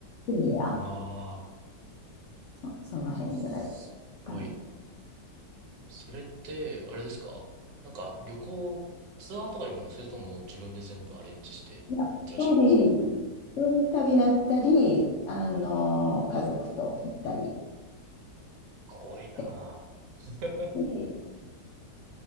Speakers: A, on the left; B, on the right.
A: ケニア、
B: うんうん。ああ、
A: そ、その辺ぐらい
B: すごい。
A: かね。
B: それって、あれですかなんか旅行、ツアーとかに行くのそれとももう自分で全部アレンジして行ってらっしゃるんですか
A: いや、一人、一人旅だったり、あの、家族と行ったりっ
B: 怖いなぁ。
A: て
B: <laughs>
A: 感じ。